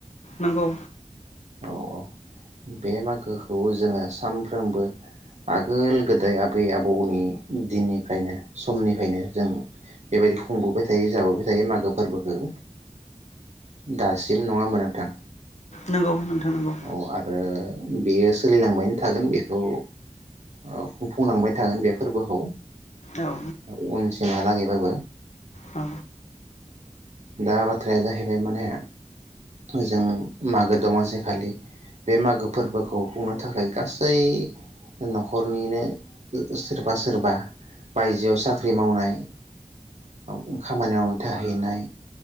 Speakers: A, on the left; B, on the right.
A: नोंगौ
B: औ औ बे मागोखौ जोङो सानफ्रोमबो आगोल गोदाय आबै आबौनि दिननिफ्रायनो समनिफ्रायनो जों बेबायदि खुंबोबाय थायो जाबोबाय थायो मागो फोरबोखौ दासिम नङा होनबा नोंथां
A: नोंगौ नोंथां नोंगौ
B: औ आरो बेयो सोलिलांबायनो थागोन बेखौ ओ खुंफुंलांबाय थागोन बे फोरबोखौ ओ
A: औ
B: उनसिमा लागै बयबो
A: औ
B: दा बाथ्राया जाहैबाय माने जों मागो दमासि खालि बे मागो फोरबोखौ खुंनो थाखाय गासै न'खरनिनो ओ ओ सोरबा सोरबा बायजोआव साख्रि मावनाय ओ खामानि मावनो थाहैनाय